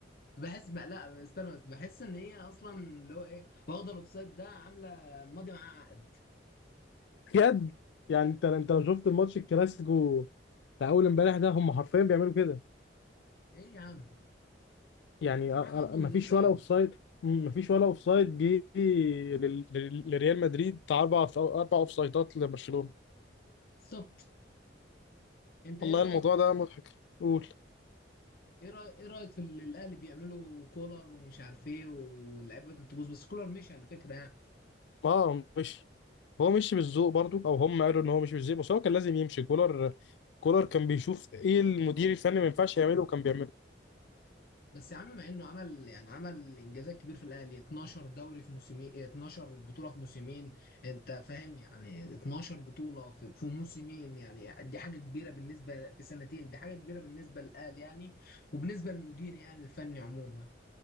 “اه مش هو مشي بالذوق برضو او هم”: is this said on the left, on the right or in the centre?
Left